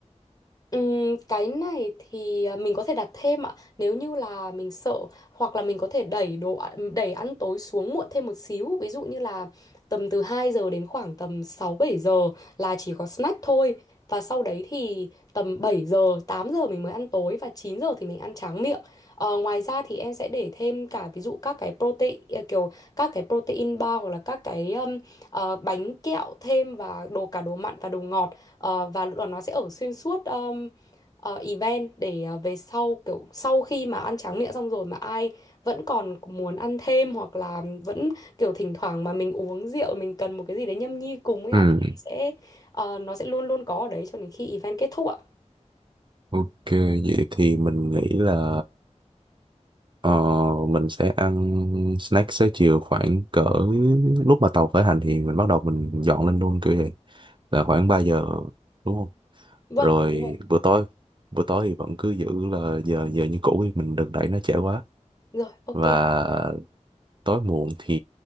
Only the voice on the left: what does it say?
Ừm, cái này thì à, mình có thể đặt thêm ạ nếu như là mình sợ hoặc là mình có thể đẩy đồ ạ- đẩy ăn tối xuống muộn thêm một xíu ví dụ như là tầm từ 2 giờ đến khoảng tầm 6 7 giờ là chỉ có snack thôi và sau đấy thì tầm 7 giờ 8 giờ mình mới ăn tối và 9 giờ thì mình ăn tráng miệng Ờ, ngoài ra thì em sẽ để thêm cả ví dụ các cái protein à, kiểu các cái protein bar hoặc là các cái um, ờ, bánh kẹo thêm và đồ cả đồ mặn và đồ ngọt Ờ, và lúc đó nó sẽ ở xuyên suốt um, ờ, event để ờ, về sau kiểu sau khi mà ăn tráng miệng xong rồi mà ai vẫn còn muốn ăn thêm hoặc là vẫn kiểu thỉnh thoảng mà mình uống rượu mình cần một cái gì đấy nhâm nhi cùng ấy
ạ thì sẽ ờ, nó sẽ luôn luôn có ở đấy cho đến khi event kết thúc ạ.
Vâng,
đúng rồi.
Rồi, ok.